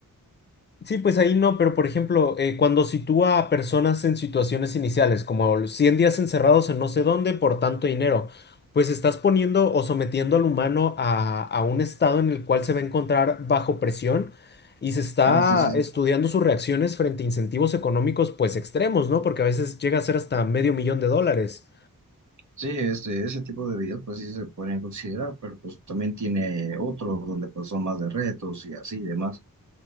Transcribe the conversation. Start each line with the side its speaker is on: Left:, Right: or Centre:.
Left: Sí, pues ahí no, pero por ejemplo, eh, cuando sitúa a personas en situaciones iniciales, como 100 días encerrados en no sé dónde por tanto dinero, pues estás poniendo o sometiendo al humano a, a un estado en el cual se va a encontrar bajo presión y se está
Right: Ah, sí, sí,
Left: estudiando
Right: sí.
Left: sus reacciones frente a incentivos económicos pues extremos, ¿no? Porque a veces llega a ser hasta medio millón de dólares.
Right: Sí, este, ese tipo de videos pues sí se podrían considerar, pero pues también tiene otros donde pues son más de retos y así y demás.